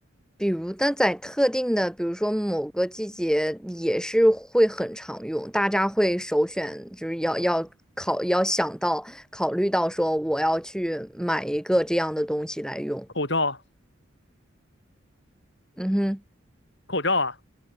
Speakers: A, in the centre; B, on the left.
A: 比如，但在特定的，比如说某个季节，也是会很常用，大家会首选，就是要要考，要想到考虑到说我要去买一个这样的东西来用。
B: 口罩啊，
A: 嗯哼，
B: 口罩啊，